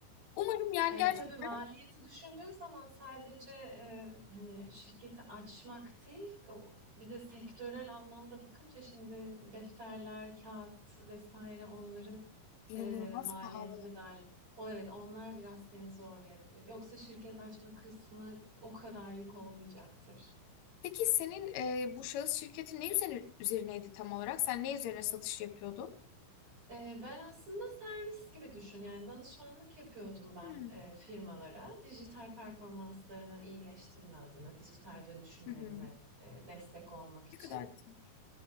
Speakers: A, on the left (about 80°); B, on the right (about 40°).
A: Umarım yani
B: E,
A: gerçekten
B: tabii maliyeti düşündüğün zaman sadece e, hani şirketi açmak değil, o, bir de sektörel anlamda bakınca şimdi defterler, kağıt vesaire onların
A: inanılmaz
B: e, maliyeti
A: pahalı.
B: de dahil. O evet onlar biraz seni zorlayabilir. Yoksa şirket açma kısmı o kadar yük olmayacaktır.
A: Peki senin e, bu şahıs şirketi ne üzerine, üzerineydi tam olarak? Sen ne üzerine satış yapıyordun?
B: Ee, Ben aslında servis gibi düşün yani danışmanlık yapıyordum ben
A: Hmm.
B: e, firmalara dijital performanslarını iyileştirme adına dijital dönüşümlerine
A: Hı hı.
B: e, destek olmak için
A: Ne kadar güzel.